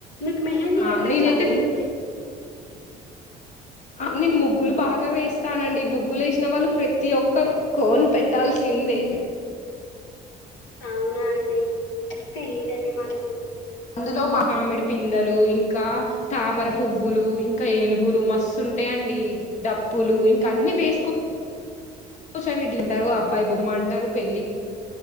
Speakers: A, on the left; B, on the left.
A: మీకు మెహందీ
B: ఆ
A: పెట్టొచ్చా
B: నేనైతే
A: అండి
B: ఫ్రీ నేను ముగ్గులు బాగా వేస్తానండి ముగ్గులు వేసిన వాళ్ళు ప్రతి ఒక్కరు కోన్ పెట్టాల్సిందే
A: అవునా అండి తెలిదండి మాకు
B: అందులో మామిడి పిందలు ఇంకా తామర పువ్వులు ఇంకా ఏనుగులు మస్తుంటాయండి డప్పులు ఇంకా అన్ని వేసుకో కూచొండి తింటారు అబ్బాయి బొమ్మ అంటారు పెళ్లి